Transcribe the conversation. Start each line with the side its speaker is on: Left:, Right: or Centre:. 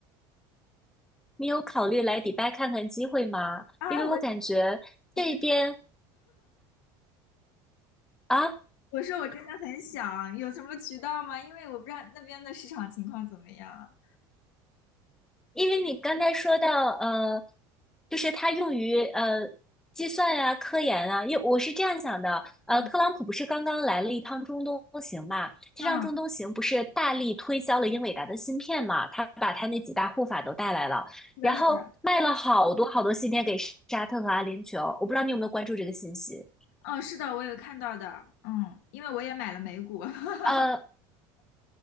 Centre: 你有考虑来迪拜看看机会吗？
Left: 啊，
Centre: 因为我感觉这边
Left: 我我真
Centre: 啊。
Left: 我说我真的很想，有什么渠道吗？因为我不知道那边的市场情况怎么样。
Centre: 因为你刚才说到，呃，就是它用于呃计算啊、科研啊，因为我是这样想的，呃，
Left: 嗯，
Centre: 特朗普不是刚刚来了一趟中东行嘛？这趟中东行不是大力推销了英伟达的芯片嘛？
Left: 嗯
Centre: 他把他那几大护法都带来了，
Left: 是的，
Centre: 然后卖了好多好多芯片给沙特和阿联酋，
Left: 是的。
Centre: 我不知道你有没有关注这个信息？
Left: 哦，是的，我有看到的，嗯，因为我也买了美股。<laughs>
Centre: 呃，